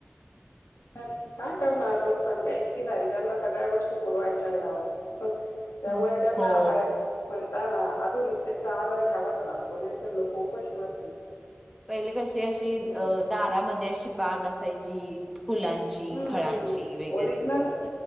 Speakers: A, on the left; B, in the centre.
A: चाललंय... काय करणार? लोकसंख्या इतकी झाली... त्यांना सगळ्या गोष्टी पुरवायच्याय ना ओ <unintelligible> त्यामुळे
B: हो हो
A: त्यांना हाय म्हणता ना... आधुनिकतेचा आधार घ्यावाच लागतो, नाहीतर लोकं उपाशी मरतील
B: पहिले कशी, अशी... अ...
A: असं आहे.
B: दारामध्ये, अशी बाग असायची फुलांची
A: हम्म
B: ची फळांची वगैरे
A: ओरिजिनल